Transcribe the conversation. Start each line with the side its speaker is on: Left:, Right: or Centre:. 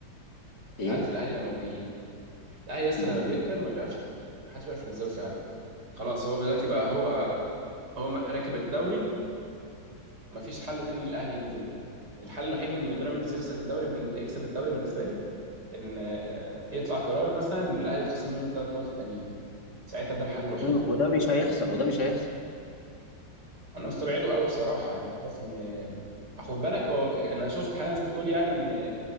Right: انت
Left: ايه
Right: عارف الاهلي لما بي الاهلي يس
Left: مم.
Right: لما بيركب ما بيعرفش ما حدش بيعرف ينزله فعلا خلاص هو دلوقتي بقى هو هو م- راكب الدوري ما فيش حل تاني ان الاهلي ينزل ليه الحل الوحيد ان بيراميدز يخسر الدوري بالن- يكسب الدوري بالنسبه لي ان يطلع قرار مثلا ان الاهلي يتخصم منه الثلاث نقط التانيين ساعتها ده الحل الوحيد
Left: وده وده مش هيحصل وده مش هيحصل
Right: انا مستبعده
Left: يعني
Right: قوي بصراحه يعني بس ان آه، خد بالك هو انا شفت حاجة ناس بتقول يعني ان